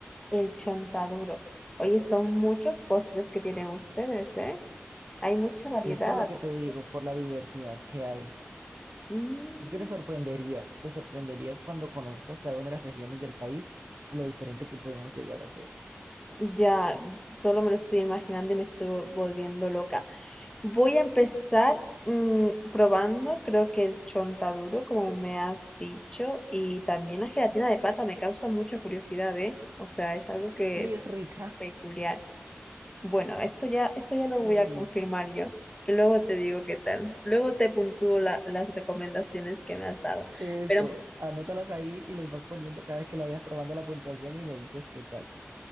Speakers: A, on the left; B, on the right.
A: el chontaduro. Oye, son muchos postres que tienen ustedes, ¿eh? Hay mucha variedad.
B: Es por lo que te
A: porque
B: digo,
A: es-
B: por la diversidad que hay.
A: Mm,
B: Es que te sorprenderías, te sorprenderías cuando conozcas cada una de las regiones del país, lo diferente que podemos llegar a ser.
A: ya, s- solo me lo estoy imaginando y me estoy volviendo loca. Voy a empezar mm, probando, creo que el chontaduro, como me has dicho, y también la gelatina de pata me causa mucha curiosidad, ¿eh? O sea, es algo que
B: Sí,
A: es
B: es rica,
A: peculiar. Bueno, eso ya, eso ya lo
B: <laughs>
A: voy a
B: es
A: confirmar
B: rica.
A: yo. Y luego te digo qué tal. Luego te puntúo la- las recomendaciones que me has dado.
B: Esto,
A: Pero,
B: anótalas ahí y les vas poniendo cada vez que lo vayas probando la puntuación y me dices qué tal.